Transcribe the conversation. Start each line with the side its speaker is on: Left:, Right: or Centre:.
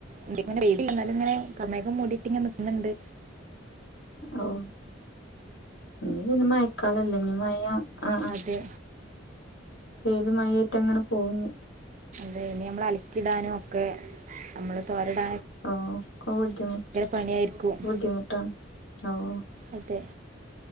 Right: <unintelligible> എന്നാലും ഇങ്ങനെ കാർമേഘം മൂടിട്ട് ഇങ്ങനെ നിക്കുന്നെണ്ട്
Left: ഓഹ് ഇനി പിന്നെ മയക്കാലല്ലേ ഇനി മയ ആ ആ
Right: അതേ
Left: വെയിലും മയേറ്റങ്ങനെ പോഞ്ഞു
Right: അഹ് ഇനി നമ്മള് അലക്കിടാനു ഒക്കെ നമ്മള് തോരടാ
Left: ഓഹ് ഒക്കെ ബുദ്ധിമു
Right: പണിയായിരിക്കും
Left: ബുദ്ധിമുട്ടാണ് ഓഹ്
Right: അതെ